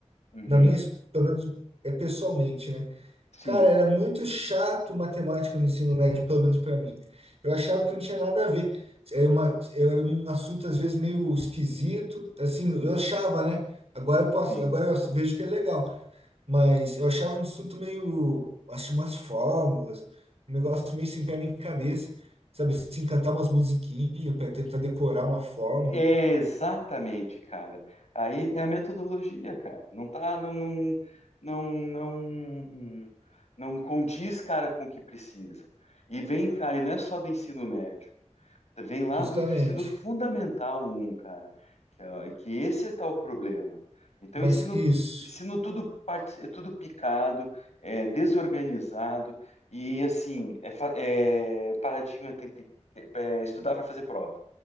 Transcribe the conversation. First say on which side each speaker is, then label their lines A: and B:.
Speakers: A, on the left; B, on the right.
A: Uhum.
B: Na minha, ex- pelo menos é pessoalmente, né?
A: Sim,
B: Cara, era muito chato matemática no ensino médio, pelo menos para mim. Eu achava que não tinha nada a ver. Era uma, era um assunto às vezes meio esquisito, assim, eu achava, né? Agora eu posso,
A: sim.
B: agora eu vejo que é legal, mas eu achava um assunto meio, acho umas fórmulas, um negócio meio sem pé nem cabeça, sabe? Assim, cantar umas musiquinhas para tentar decorar uma fórmula,
A: É, Exatamente, cara. Aí é a metodologia, cara. Não tá, não, não, não, não, não condiz, cara, com o que precisa. E vem, cara, e não é só do ensino médio. Vem lá
B: justamente.
A: do ensino fundamental um cara. Que, é- que esse é tal problema. Então,
B: Mas
A: ensino,
B: isso,
A: ensino tudo, parte- é tudo picado, é desorganizado e, assim, é, fa- é, o paradigma tem que tem que- é estudar para fazer prova.